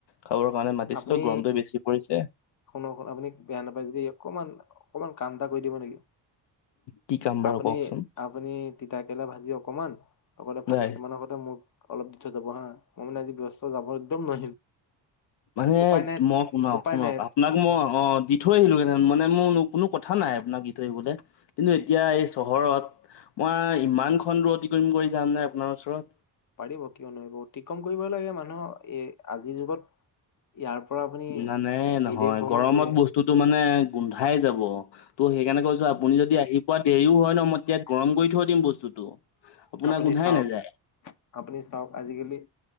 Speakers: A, on the left; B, on the left.
A: খাবৰ কাৰণে মাতিছিলোঁ
B: আপুনি
A: গৰমটোৱ বেছি পৰিছে।
B: শুনক শোনক আপুনি বেয়া নাপায় যদি অকমান অকনমান কাম এটা কৰি দিব নেকি?
A: কি কাম বাৰু
B: আপুনি
A: কওকচোন
B: আপুনি তিতাকেৰেলা ভাজি অকমান। লগতে ভাত
A: নাই
B: কেইটামানৰ আগতে মোক অলপ দি থৈ যাব হা মই মানে আজি ব‌্যয়স্ত যাব একদম <inaudible>
A: মানে
B: উপায় নাই
A: মই শুনাওক
B: উপায়
A: শুনক
B: নাই
A: আপোনাক মই অ'দি থৈ আহিলোঁ হেতেন মানে মোৰ কোনো কথা নাই আপোনাক দি থৈ আহিবলে। কিন্তু এতিয়া এই চহৰত মই ইমান <unintelligible> অতি কৰিম কৰি যাম নে, আপোনাৰ ওচৰত?
B: পাৰিব কিয় নোৱাৰিব অতিক্ৰম কৰিবই লাগে মানুহ এ, আজিৰ যুগত। ইয়াৰ পৰা আপুনি
A: নানাই নহয়,
B: বিদেশ ভ্ৰমণ
A: গৰমত
B: কৰি
A: বস্তুটো মানে গোন্ধাই যাব। ত' সেইকাৰণে কৈছোঁ আপুনি যদি আহি পোৱাত দেৰিও হয় ন, মই <unintelligible> গৰম কৰি থৈ দিম বস্তুটো। আপোনাৰ
B: আপুনি
A: গোন্ধাই
B: চাওঁক,
A: নাযায়
B: আপুনি চাওঁক আজিকালি